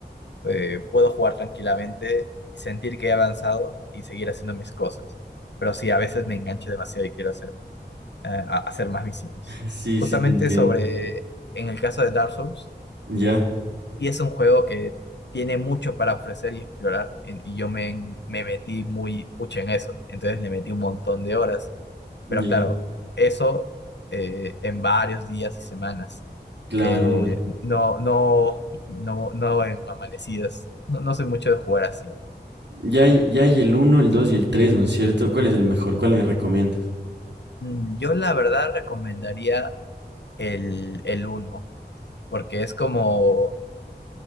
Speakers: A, on the left; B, on the right.
A: eh, puedo jugar tranquilamente y sentir que he avanzado y seguir haciendo mis cosas. Pero sí, a veces me engancho demasiado y quiero hacer, eh, a- hacer más visiones.
B: Sí,
A: Justamente
B: sí, te entiendo.
A: sobre, en el caso de Dark Souls,
B: Ya,
A: y es un juego que tiene mucho para ofrecer y explorar, en- y yo me, me metí muy, mucho en eso. Entonces le metí un montón de horas
B: ya,
A: pero claro, eso eh, en varios días y semanas.
B: claro,
A: Eh,
B: obvio.
A: no, no, no, no en amanecidas. No, no soy mucho de jugar así.
B: Ya hay, ya hay el uno, el 2 y el 3, ¿no es cierto? ¿Cuál es el mejor? ¿Cuál le recomiendas?
A: Mm, Yo la verdad recomendaría el, el uno porque es como,